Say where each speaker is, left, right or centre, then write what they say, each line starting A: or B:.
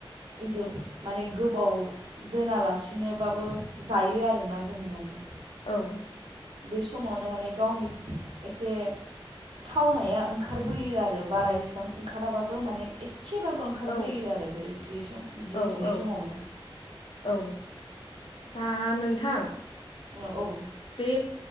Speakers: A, on the right; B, on the left.
A: इदि
B: औ
A: माने गोबाव दोनालासिनोबाबो जायो आरोना जों माने
B: औ
A: बे समावनो माने गावनि एसे थावनाया ओंखारबोयो आरो बारा इसिबां ओंखाराबाबो माने एसेबाबो ओंखारबोयो
B: औ
A: आरो बे जि सम जि
B: औ
A: जिनै
B: औ
A: समावनो
B: औ दा नोंथां
A: ओ औ
B: बे